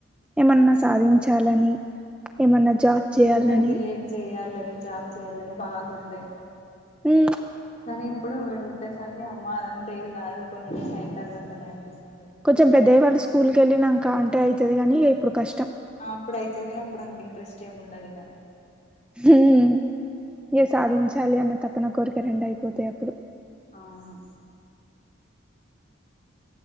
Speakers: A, in the centre; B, on the left.
A: ఏమన్నా సాధించాలని ఏమన్నా జాబ్ చేయాలని
B: ఉండే బిఎడ్ జేయ్యాలని జాబ్ జేయ్యాలని బాగుండే
A: ఉమ్మ్
B: కానీ ఇప్పుడు వీడు పుట్టేసరికి అమ్మ అదంతా అయ్యేది కాదు కొన్ని డేస్ అయిన తర్వాతనే అనిపిస్తు
A: కొంచెం పెద్దగయ్యి వాళ్ళు స్కూల్‌కి ఎళ్ళినంక అంటే అయితది కాని ఇగ ఇప్పుడు క
B: ఆ అప్పుడు అయితది కానీ అప్పుడు అంత ఇంట్రెస్ట్ ఏమి ఉండదు ఇగ
A: ఉహ్మ్ ఇగ సాధించాలి అన్న తపన కోరిక రెండు అయిపోతాయి అప్పుడు
B: అవును